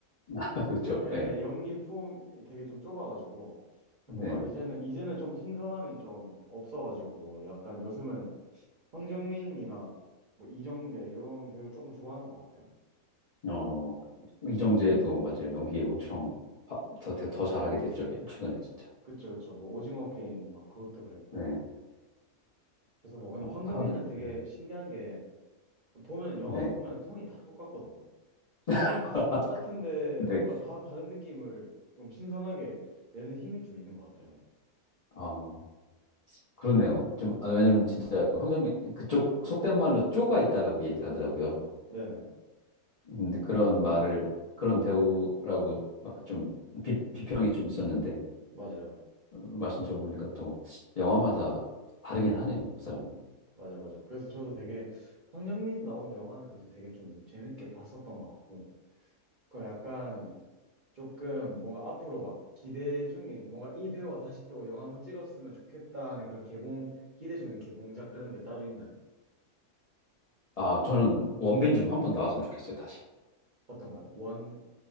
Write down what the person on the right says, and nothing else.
예,
연기 품이 되게 좀 좁아가지고
뭔가 이제는 이제는 좀 신선함이 좀 없어가지고 약간 요즘은 황정민이나 뭐 이정재 이런 배우 조금 좋아하는 것 같아요.
그쵸 그쵸 뭐 오징어 게임 막 그것도 그랬고
그래서 뭐 근데
황정민은
되게
신기한 게 보면 영화
보면 톤이 다 똑같거든요. 톤이
다 똑같은데
뭔가 다 다른 느낌을 좀 신선하게 내는 힘이 좀 있는 것 같아요.
네
맞아요.
맞아, 맞아. 그래서 저도 되게 황정민 나온 영화는 그래도 되게 좀 재밌게 봤었던 것 같고. 그럼 약간 조금 뭔가 앞으로 막 기대 중인 뭔가 이 배우가 다시 또 영화 한번 찍었으면 좋겠다 하는 그런 개봉, 기대 중인 개봉작 그런 게 따로 있나요?
어떤가요? 원,